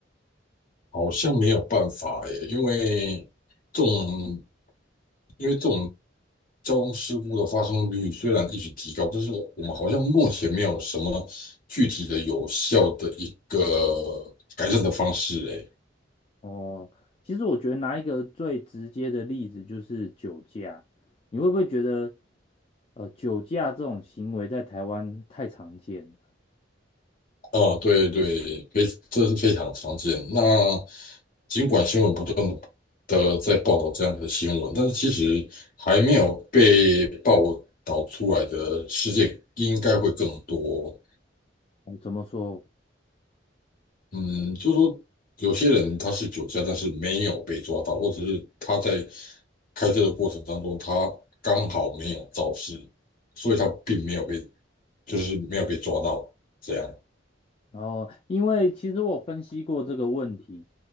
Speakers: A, on the left; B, on the left.
A: 好像没有办法诶，因为这种因为这种交通事故的发生率虽然一直提高，但是我们好像目前没有什么具体的有效的一个改善的方式诶。
B: 哦，其实我觉得拿一个最直接的例子就是酒驾，你会不会觉得呃酒驾这种行为在台湾太常见了？
A: 哦，对对，非这是非常常见。那尽管新闻不断的在报道这样的新闻，但是其实还没有被报道出来的事件应该会更多。
B: 哦怎么说？
A: 嗯，就是说有些人他是酒驾，但是没有被抓到，或者是他在开车的过程当中，他刚好没有肇事，所以他并没有被，就是没有被抓到这样。
B: 然后，因为其实我分析过这个问题，